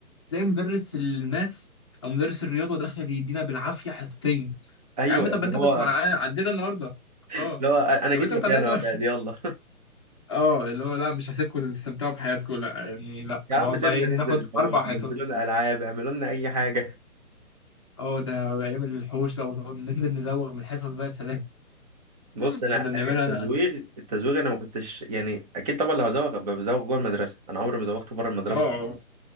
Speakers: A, on the left; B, on the right.
A: تلاقي مدرس الماس أو مدرس الرياضة داخل يدينا بالعافية حصتين
B: ايوه
A: يا عم طب
B: اللي
A: أنت
B: هو
A: كنت معانا عندنا النهاردة
B: اللي
A: أه
B: هو انا
A: طب
B: جيت
A: أنت
B: مكانه
A: كنت عندنا النهاردة
B: يا اولاد يلا
A: <laughs> أه اللي هو لا مش هسيبكم تستمتعوا بحياتكم لا يعني لا
B: يا
A: نقعد
B: عم سيبنا
A: بقى إيه
B: ننزل
A: ناخد
B: الحوش
A: أربع
B: نزلوا
A: حصص
B: لنا العاب اعملوا لنا اي حاجه
A: أه ده أيام الحوش لو نقعد ننزل نزوغ من الحصص بقى يا سلام
B: بص
A: <laughs>
B: انا
A: كنا بنعملها
B: التزويغ
A: أنا
B: التزويغ انا ما كنتش يعني اكيد طبعا لو هزوغ أبقى بزوغ جوه المدرسه انا عمري ما زوغت بره المدرسه
A: أه
B: خالص